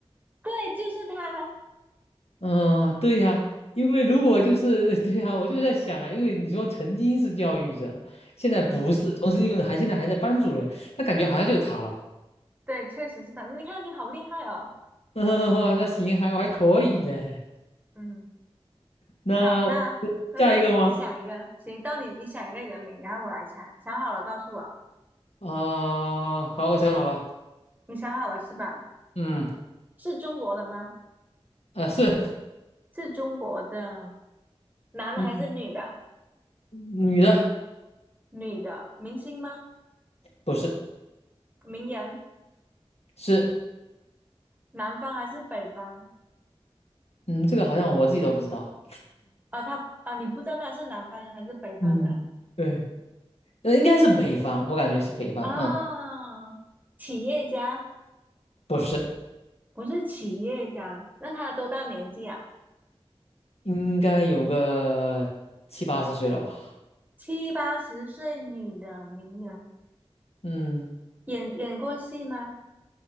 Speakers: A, on the right; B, on the left.
A: 对，就是他。
B: 嗯，对呀，因为如果就是 <laughs> 对呀，我就在想啊，因为你说曾经是教育者，现在不是，
A: 嗯。
B: 同时又还现在还在班主任，那感觉好像就是他了。
A: 对，确实是他。你看，你好厉害哦。
B: <laughs> 嗯，那行，还我还可以嘞。
A: 嗯，
B: 那我
A: 好，那那到你，
B: 下一个吗？
A: 你想一个，行，到你，你想一个人名，然后我来猜。想好了告诉我，
B: 啊、好，我想好了。
A: 你想好了是吧？
B: 嗯，
A: 是中国的吗？
B: 啊，是，
A: 是中国的，男的还是女的？
B: 嗯，女的
A: 女的，明星吗？
B: 不是，
A: 名人，
B: 是，
A: 南方还是北方？
B: 嗯，这个好像我自己都不知道。
A: 啊，他啊，你不知道他是南方人还是北方人
B: 嗯，对，那应该是北方，我感觉是北方。
A: 啊？
B: 嗯，
A: 企业家，
B: 不是。
A: 不是企业家，那他多大年纪啊？
B: 应该有个七八十岁了吧？
A: 七八十岁女的名人。
B: 嗯，
A: 演演过戏吗？